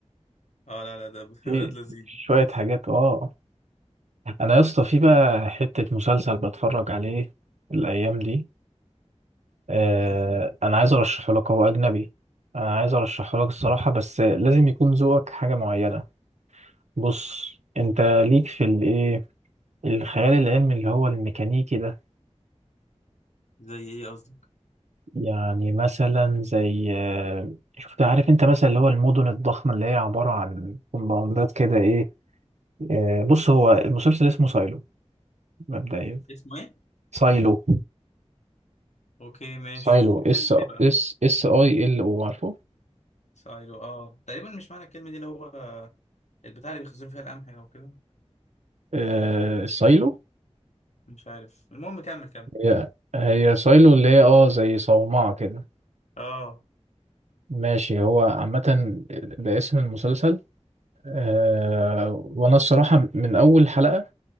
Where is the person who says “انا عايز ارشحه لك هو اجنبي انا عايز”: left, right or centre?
Right